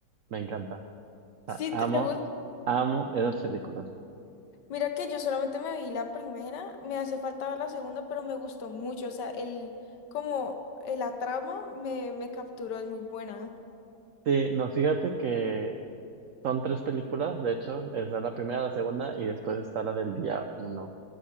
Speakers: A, on the right; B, on the left.
A: me encanta.
B: Sí,
A: Ah, amo,
B: te, te gusta.
A: amo esas películas.
B: Mira que yo solamente me vi la primera, me hace falta ver la segunda, pero me gustó mucho. O sea, el, como eh, la trama me, me capturó, es muy buena.
A: Sí, no, fíjate que son tres películas, de hecho, está la primera, la segunda y después está la del día uno,